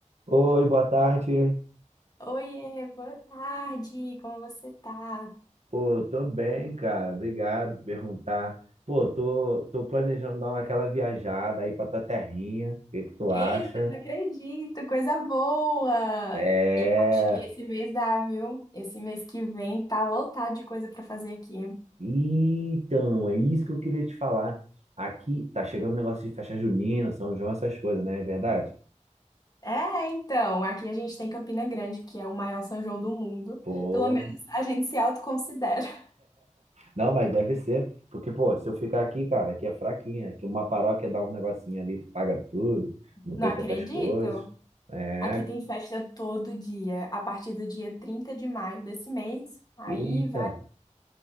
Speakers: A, on the right; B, on the left.
A: Oi, boa tarde.
B: Oiê, boa tarde, como você tá?
A: Pô, tô bem, cara. Obrigado por perguntar. Pô, tô, tô planejando dar uma, aquela viajada aí pra tua terrinha. O que que tu acha?
B: Eita, não acredito, coisa boa!
A: É.
B: Eu acho que esse mês dá, viu? Esse mês que vem tá lotado de coisa pra fazer aqui.
A: Então, é isso que eu queria te falar. Aqui tá chegando o negócio de festa junina, São João, essas coisas, né? É verdade?
B: É, então, aqui a gente tem Campina Grande, que é o maior São João do mundo.
A: Pô.
B: Pelo menos a gente se autoconsidera. <laughs>
A: Não, mas deve ser. Porque, pô, se eu ficar aqui, cara, aqui é fraquinha. Aqui uma paróquia dá um negocinho ali, tu paga tudo, não tem
B: Não acredito!
A: tantas coisas. É.
B: Aqui tem festa todo dia, a partir do dia 30 de maio desse mês. Aí
A: Eita.